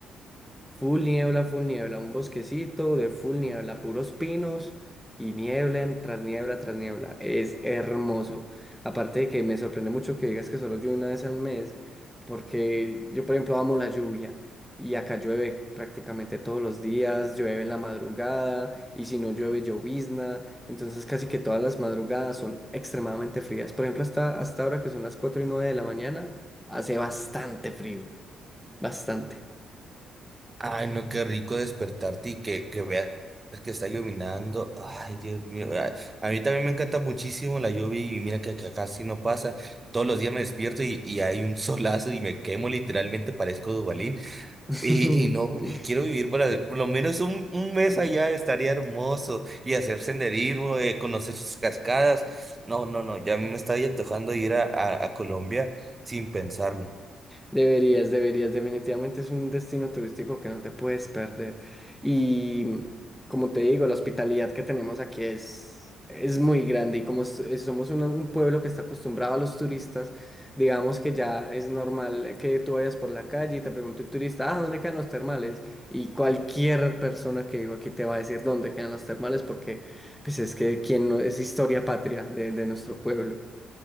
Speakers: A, in the centre; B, on the right.
A: Full niebla, full niebla, un bosquecito de full niebla, puros pinos y niebla en- tras niebla tras niebla. Es hermoso. Aparte de que me sorprende mucho que digas que solo llueve una vez al mes, porque yo, por ejemplo, amo la lluvia y acá llueve prácticamente todos los días, llueve en la madrugada y si no llueve, llovizna. Entonces, casi que todas las madrugadas son extremadamente frías. Por ejemplo, hasta, hasta ahora que son las cuatro y nueve de la mañana, hace bastante frío, bastante.
B: Ay, no, qué rico despertarte y que, que veas que está llovinando. Ay, Dios mío. A, a mí también me encanta muchísimo la lluvia y mira que, acá casi no pasa. Todos los días me despierto y, y hay un <laughs> solazo y me quemo literalmente, parezco Dubalín.
A: <laughs>
B: Y, y no, y quiero vivir para por lo menos un, un mes allá, estaría hermoso y hacer senderismo, eh, conocer sus cascadas. No, no, no, ya me está antojando ir a, a, a Colombia sin pensarlo.
A: Deberías, deberías, definitivamente es un destino turístico que no te puedes perder. Y como te digo, la hospitalidad que tenemos aquí es, es muy grande y como s- eh, somos un, un pueblo que está acostumbrado a los turistas, digamos que ya es normal que tú vayas por la calle y te pregunte un turista, ah, ¿dónde quedan los termales? Y cualquier persona que digo aquí te va a decir dónde quedan los termales porque pues es que quien no, es historia patria de, de nuestro pueblo